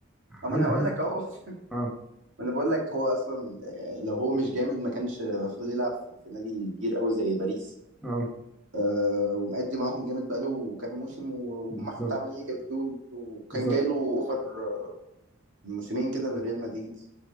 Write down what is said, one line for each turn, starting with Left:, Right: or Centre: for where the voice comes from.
Right: طب ما
Centre: هل
Right: انا هقول
Centre: هل
Right: لك اهو <laughs>
Centre: اه
Right: ما انا بقول لك هو اصلا آه، لو هو مش جامد ما كانش المفروض يلعب في في نادي كبير قوي زي باريس
Centre: اه
Right: آه، ومأدي معاهم جامد بقاله كام موسم وهم
Centre: بالظبط
Right: حتى عمالين يجددوا له، وكان
Centre: بالظبط
Right: جاي له اوفر آه، من موسمين كده لريال مدريد